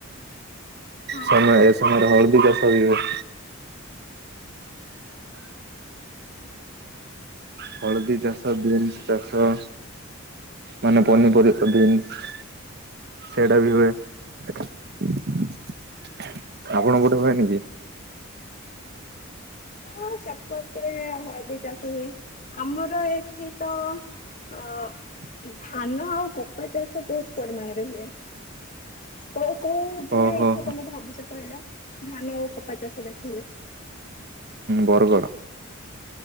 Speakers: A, on the left (about 40°); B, on the right (about 50°).
A: ହଁ।
B: ସମୟ ଏ ସମୟରେ ହଳଦୀ ଚାଷ ହୁଏ। ହଳଦୀ ଚାଷ ବିନ୍ସ ଚାଷ। ମାନେ ପନିପରିବା ବିନ୍ସ। ସେଇଟା ବି ହୁଏ। ଆପଣଙ୍କ ପଟେ ହୁଏନି କି।
A: ହଁ ସେପଟେ ହଳଦୀ ଚାଷ ହୁଏ ଆମର ଏଠି ତ।
B: <inaudible>
A: ଅ ଧାନ ଆଉ କପା ଚାଷ ବହୁତ ପରିମାଣରେ ହୁଏ।
B: <inaudible>
A: କୋଉ କୋଉ ଜିଲ୍ଲା
B: ଓହୋ
A: ହେଇଥିବ
B: ହୁଁ
A: ତମେ ଭାବୁଛ କହିଲ? ଧାନ ଓ କପାଚଷ ଦେଖିବେ।
B: ବରଗଡ଼।